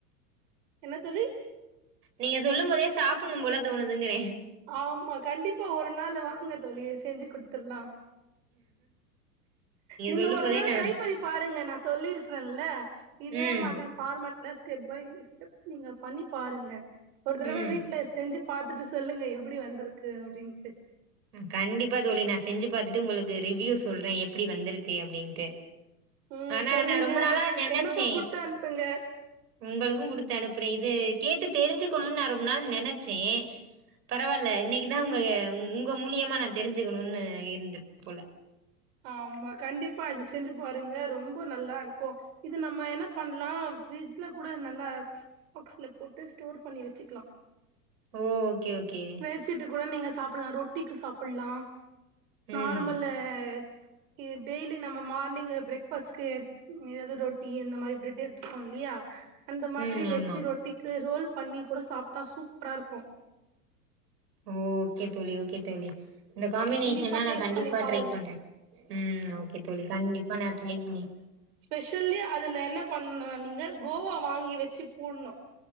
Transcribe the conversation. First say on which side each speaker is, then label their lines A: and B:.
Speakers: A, on the right; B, on the right.
A: என்ன தோழி
B: நீங்க சொல்லும் போதே சாப்புட்ணும் போல தோணுதிங்கிறே
A: ஆமா கண்டிப்பா ஒரு நாள் வாங்க தோழி செஞ்சு குடுத்துட்லா நீங்க
B: சொல்லும்
A: ஒரு
B: போதே
A: தடவை
B: நா
A: ட்ரை பண்ணி பாருங்க நா சொல்லிருக்கே ல்ல இதே
B: ம்
A: மாதிரி ஃபார்மட்ல ஸ்டெப் பை ஸ்டெப் நீங்க பண்ணி பாருங்க ஒரு தடவை
B: ம்
A: வீட்ல செஞ்சு பாத்துட்டு சொல்லுங்க எப்புடி வந்திருக்கு அப்டின்ட்டு
B: கண்டிப்பா தோழி நா செஞ்சு பாத்துட்டு உங்களுக்கு ரிவ்யூ சொல்றே எப்டி வந்திருக்கு அப்டின்ட்டு
A: ம்
B: ஆனா
A: சொல்லுங்க
B: நா ரொம்ப நாளா நெனச்சே
A: எனக்கு குடுத்து அனுப்புங்க
B: உங்களுக்கு கொடுத்து அனுப்புறே இது கேட்டு தெரிஞ்சுக்கணும்னு நா ரொம்ப நாள் நெனைச்சே பரவால்ல இன்னைக்குதா உங்க
A: ம்
B: உங்க மூலியமா நா தெரிஞ்சுக்கணும்னு இருந்துற்கு போல
A: ஆமா கண்டிப்பா இது செஞ்சு பாருங்க ரொம்ப நல்லா இருக்கு இது நம்ம என்ன பண்ணலா ஃப்ரிட்ஜ்ல கூட நல்லா பாக்ஸ்ல போட்டு ஸ்டோர் பண்ணி வச்சுக்கலா
B: ஓ ஓகே ஓகே
A: தேச்சுட்டு கூட நீங்க சாப்பல்லா ரொட்டிக்கு சாப்பல்லா நார்மல்லு
B: ம்
A: இது டெய்லி நம்ம மார்னிங்கு ப்ரேக் ஃபாஸ்ட்கு எதாது ரொட்டி இந்த மாரி ப்ரெட் எடுத்துட்டோ இல்லையா அந்த மாதிரி
B: ம்
A: வெச்சு
B: ஆமா
A: ரொட்டிக்கு ரோல் பண்ணி கூட சாப்ட்டா சூப்ரா இருக்கு
B: ஓ ஓகே தோழி ஓகே தோழி இந்த காம்பினேஷன்லா
A: கண்டிப்பா டேஸ்ட்
B: நா கண்டிப்பா
A: பண்ணி பாருங்க
B: ட்ரை பண்றே ம் ஓகே தோழி கண்டிப்பா நா ட்ரை பண்ணி
A: ஸ்பெஷல்லி அதுல என்ன பண்னு நீங்க கோவா வாங்கி வச்சு போடுணு